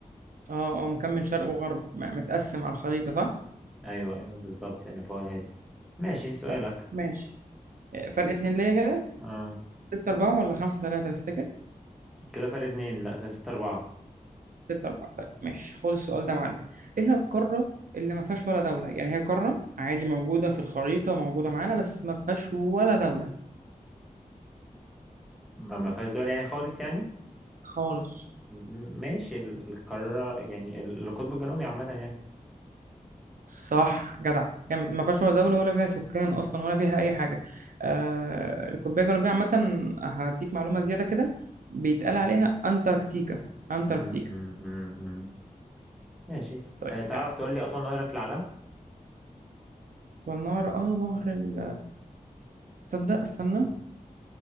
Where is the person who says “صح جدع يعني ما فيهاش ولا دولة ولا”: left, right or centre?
Right